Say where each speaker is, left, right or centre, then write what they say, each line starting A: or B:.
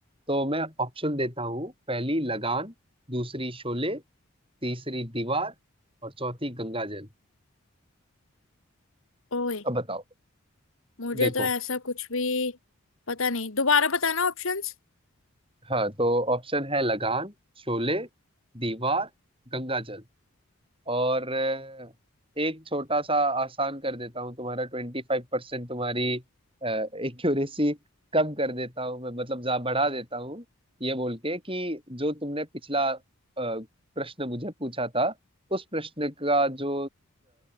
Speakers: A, on the right; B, on the left.
A: तो मैं ऑप्शन देता हूँ पहली लगान दूसरी शोले तीसरी दीवार और चौथी गंगा जल
B: ओए
A: अब बताओ
B: मुझे
A: देखो
B: तो ऐसा कुछ भी पता नहीं दोबारा बताना ऑप्शंस
A: हाँ तो ऑप्शन है लगान शोले दीवार गंगा जल और अ, एक छोटा सा आसान कर देता हूँ तुम्हारा ट्वेंटी फाइव परसेंट तुम्हारी एक्यूरेसी कम कर देता हूँ मैं मतलब जा बढ़ा देता हूँ ये बोल के कि जो तुमने पिछला अ, प्रश्न मुझे पूछा था उस प्रश्न का जो